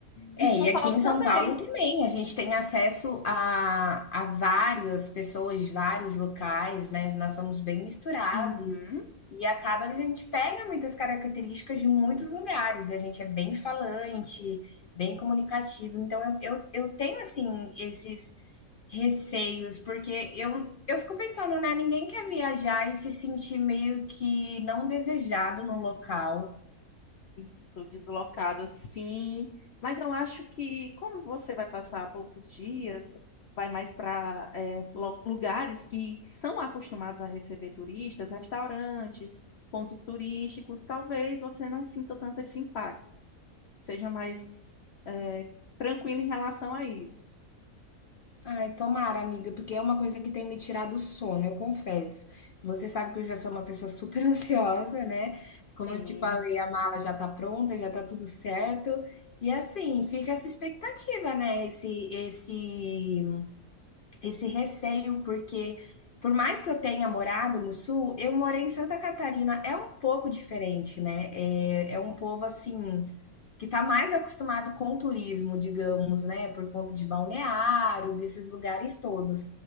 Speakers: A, on the left; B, on the left.
A: É,
B: E São
A: e
B: Paulo
A: aqui em
B: também.
A: São Paulo também, a gente tem acesso a, a várias pessoas de vários locais, né? Nós somos bem misturados
B: Uhum.
A: e acaba que a gente pega muitas características de muitos lugares e a gente é bem falante, bem comunicativo. Então eu, eu, eu tenho assim esses receios, porque eu, eu fico pensando, né? Ninguém quer viajar e se sentir meio que não desejado num local
B: Isso, deslocada, sim. Mas eu acho que, como você vai passar poucos dias, vai mais para lugares que são acostumados a receber turistas, restaurantes, pontos turísticos, talvez você não sinta tanto esse impacto. Seja mais é, tranquilo em relação a isso.
A: Ai, tomara, amiga, porque é uma coisa que tem me tirado o sono, eu confesso. Você sabe que eu já sou uma pessoa super <laughs> ansiosa, né? Como
B: Sim,
A: eu te falei, a mala já tá pronta, já tá tudo certo. E assim, fica essa expectativa, né? Esse, esse, esse receio, porque por mais que eu tenha morado no sul, eu morei em Santa Catarina, é um pouco diferente, né? É, é um povo assim que está mais acostumado com o turismo, digamos, né, por conta de balneário, desses lugares todos.